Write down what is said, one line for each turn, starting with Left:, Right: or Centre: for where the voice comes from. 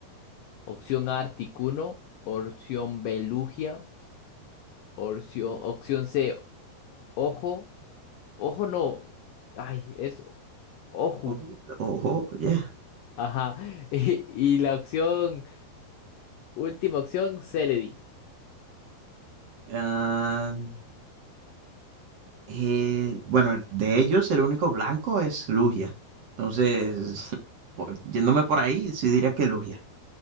Left: Opción A, Articuno. Opción B, Lugia. Opción, opción C, Ojo. Ojo no. Ay, es Oju.
Right: Ojo, ojo, yeah.
Left: Ajá. <laughs> Y, y la opción, última opción, Celedi.
Right: Ah, eh, bueno, de ellos el único blanco es Lugia. Entonces, <laughs> por- yéndome por ahí, sí diría que Lugia.